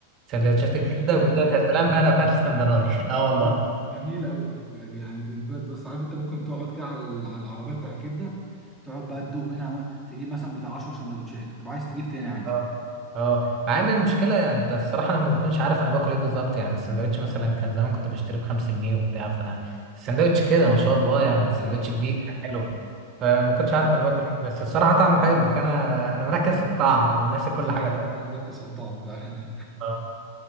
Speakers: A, on the right (about 35°); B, in the centre.
A: سندوتشات
B: <laughs>
A: الكبدة وبالذات
B: لا،
A: يا سلام بقى لو كانت اسكندراني <laughs> أه
B: جميل-
A: والله
B: جميله قوي دي بجد يعني دي بجد بص عارف انت ممكن تقعد كده على على العربيه بتاع الكبده تقعد بقى تدوق منها بقى، تجيب مثلا بتاع 10 سندوتشات وتبقى عايز تجيب تاني عادي
A: اه اه مع ان المشكله يعني انت الصراحه انا ما بكونش عارف انا باكل ايه بالظبط يعني السندوتش مثلا كان زمان كنت بشتري بخمسة جنيه وبتاع فانا السندوتش كده ما شاء الله يعني السندوتش
B: ايوه
A: كبير حلو فانا ما كنتش
B: بالظبط.
A: عارف انا باكل ايه بس الصراحه طعمه حلو فانا انا مركز في الطعم وناسي
B: بس
A: كل حاجه تانية
B: انا مركز في الطعم بقى <laughs>
A: اه